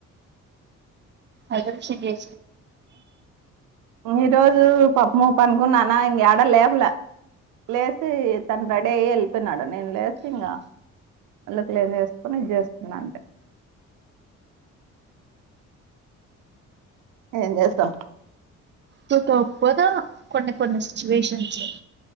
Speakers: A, on the right (about 40°); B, on the right (about 85°).
A: అదలుషడి <inaudible>
B: ఈ రోజు పాప్పు మప్పు అనుకున్నానా ఇం ఏడ లేపల లేసి తన్ రడయ్ ఎల్ తిన్నాడు నేను లేసి ఇంకా నళ్లు క్లీన్ చేసుకుని ఇది చేస్తున్నా అంతె ఏం చేస్తం
A: తో తప్పదా కొండ కొన్న సిచువేషన్స్సు